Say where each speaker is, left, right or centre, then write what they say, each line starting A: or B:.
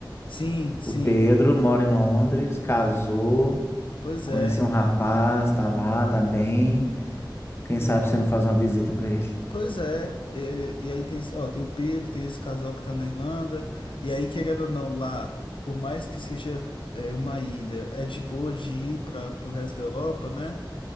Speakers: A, on the left; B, on the left.
A: Sim, sim.
B: O Pedro mora em Londres, casou,
A: Pois
B: conheceu
A: é, então.
B: um rapaz, tá lá, tá bem. Quem
A: Em-
B: sabe você não faz uma visita para ele?
A: Pois é, e, e aí tem, esse- ó, tem o Pedro, tem esse casal que tá na Irlanda, e aí, querendo ou não, lá, por mais que seja é, uma ilha, é de boa de ir para pro resto da Europa, né?